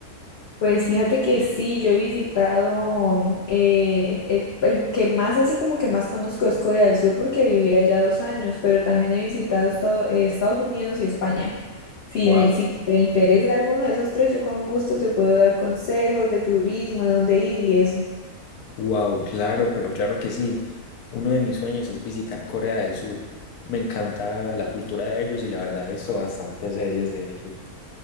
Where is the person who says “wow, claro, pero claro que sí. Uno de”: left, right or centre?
Left